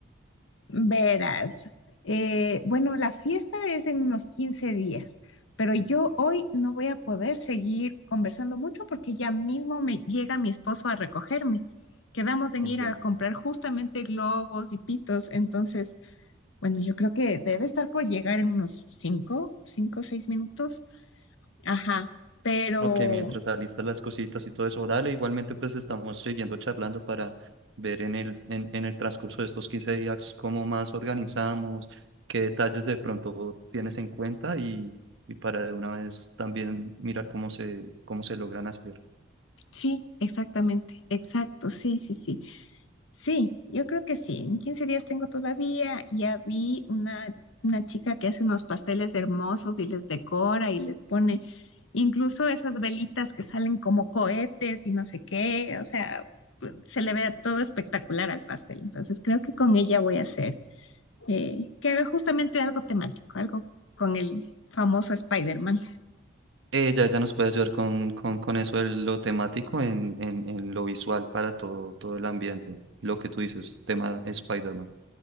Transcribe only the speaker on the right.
Sí,
entiendo.
Ok, mientras alistas las cositas y todo eso, dale, igualmente pues estamos siguiendo charlando para ver en el, en, en el transcurso de estos 15 días cómo más organizamos, qué detalles de pronto tienes en cuenta y, y para de una vez también mirar cómo se, cómo se logran hacer.
Eh, ya, ya nos puede ayudar con, con, con eso de lo temático en, en, en lo visual para todo, todo el ambiente. Lo que tú dices, tema Spider-Man.